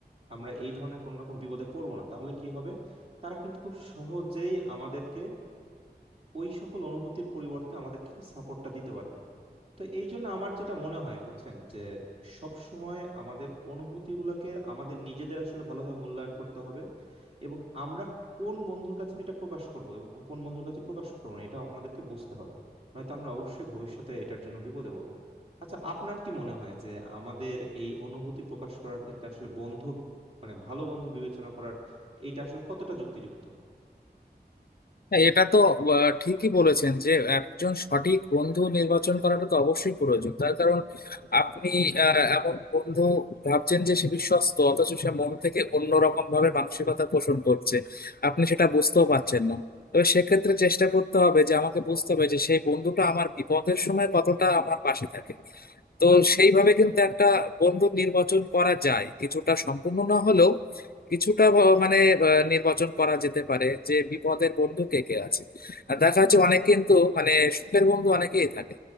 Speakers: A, on the right; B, on the left.
A: আমরা এই ধরনের কোন রকম বিপদে পড়বো না তাহলে কি হবে তারা কিন্তু খুব সহজেই আমাদেরকে ওই সকল অনুভূতির পরিবর্তে আমাদেরকে কি সাপোর্টটা দিতে পারবে তো এই জন্য আমার যেটা মনে হয় বুঝছেন যে সব সময় আমাদের অনুভূতিগুলোকে আমাদের নিজেদের আসলে ভালোভাবে মূল্যায়ন করতে হবে এবং আমরা কোন বন্ধুর কাছে এটা প্রকাশ করব এবং কোন বন্ধুর কাছে প্রকাশ করবো না এটা আমাদেরকে বুঝতে হবে নয়তো আমরা অবশ্যই ভবিষ্যতে এটার জন্য বিপদে পড়বো আচ্ছা আপনার কি মনে হয় যে আমাদের এই অনুভূতি প্রকাশ করার ক্ষেত্রে আসলে বন্ধু মানে ভালো বন্ধু বিবেচনা করার এটা আসলে কতটা যুক্তিযুক্ত
B: হ্যাঁ এটা তো আহ, ঠিকই বলেছেন যে একজন সঠিক বন্ধু নির্বাচন করাটা তো অবশ্যই প্রয়োজন তার কারণ আপনি আহ, এমন বন্ধু ভাবছেন যে সে বিশ্বস্ত অথচ সে মন থেকে অন্যরকম ভাবে মানসিকতা পোষণ করছে আপনি সেটা বুঝতেও পারছেন না তবে সেক্ষেত্রে চেষ্টা করতে হবে যে আমাকে বুঝতে হবে যে সেই বন্ধুটা আমার বিপদের সময় কতটা আমার পাশে থাকে তো সেইভাবে কিন্তু একটা বন্ধু নির্বাচন করা যায় কিছুটা সম্পূর্ণ না হলেও কিছুটা ব- মানে আহ, নির্বাচন করা যেতে পারে যে বিপদের বন্ধু কে কে আছে আর দেখা যাচ্ছে অনেক কিন্তু মানে সুখের বন্ধু অনেকেই থাকে